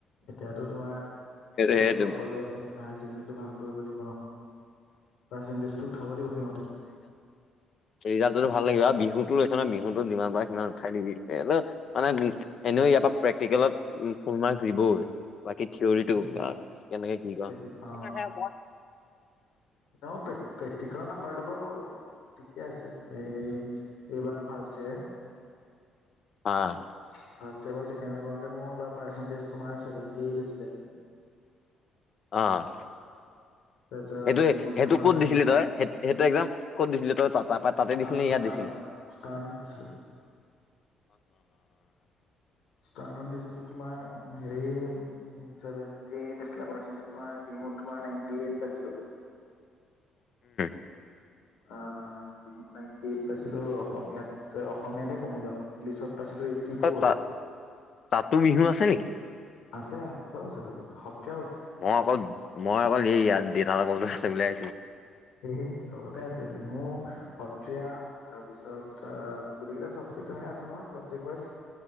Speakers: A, on the left; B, on the left.
A: তেতিয়াতো তোমাৰটো
B: সেইটো
A: আকৌ পাবলে হায়াৰ ছেকেণ্ডৰীটো ভাল কৰিব লাগিব ন। পাৰ্চেণ্টেজটো উঠাব লাগিব সেই মতে।
B: ৰিজাল্টো ভাল লাগিব আৰু বিহুতো লৈছ নে বিহুতো যিমান পাৰে সিমান উঠাই দিবি মানে। এনেও ইয়াৰ পৰা প্ৰেক্টিকেলত ফুল মাৰ্ক দিবই। বাকী থিয়ৰিটো
A: উম,
B: কেনেকে কি কয়।
A: তাকে। অ নও পে <unintelligible> প্ৰেক্টিকেলৰ নাম্বাৰটো বাৰু ঠিকে আছে, এই এইবাৰ ফাৰ্ষ্ট ইয়েৰ।
B: অ'।
A: ফাৰ্ষ্ট ইয়াৰ পঢ়া ছেকেণ্ড ইয়াৰ পঢ়োতে মোৰ পাৰ্চেন্টেজ তোমাৰ চেভেনতি এইঠ হৈছিলে।
B: অ'।
A: তাৰপিছত
B: সেইটো
A: বিহুত
B: সেইটো
A: তোমাৰ
B: কত
A: নাইন
B: দিছিলে তই সেইটো এক্সজাম কত দিছিলে তই তাত, তাৰাপা তাতে
A: ষ্টাৰ
B: দিছিলি ইয়াত
A: ষ্টাৰ্ণত
B: দিছিলি।
A: ষ্টাৰ্ণত দিছিলোঁ ষ্টাৰ্ণত দিছিলো তোমাৰ হেৰি চেভেনটি এইট আছিলে <unintelligible> নাইটি এইট পাইছিলো।
B: <inaudible>
A: অ বিহুত নাইনটি এইট পাইছিলো অসমীয়াত অসমীয়াতহে কমিলে মোৰ ইংলিছত, পাইছিলোঁ এইটটি ফ'ৰ
B: অ তাত তাতো বিহু আছে নেকি।
A: আছে আৰু চব আছে ত সত্ৰীয়াও আছে।
B: মই অকল মই অকল এই ইয়াত দেউতাৰ লগৰ আছে বুলি আহিছিলো।
A: সেয়ে চবতে আছে বিহু সত্ৰীয়া, তাৰপিছত গোটেইকেইটা চাবজেক্ট তেনে আছে নহয় চাবজেক্ট ৱাইজ,